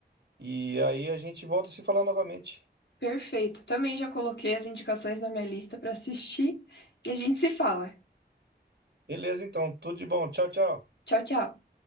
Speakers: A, on the right (about 80°); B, on the left (about 85°).
A: e aí a gente volta a se falar novamente.
B: Perfeito. Também já coloquei as indicações na minha lista para assistir e a gente se fala.
A: Beleza, então. Tudo de bom. Tchau, tchau.
B: Tchau, tchau.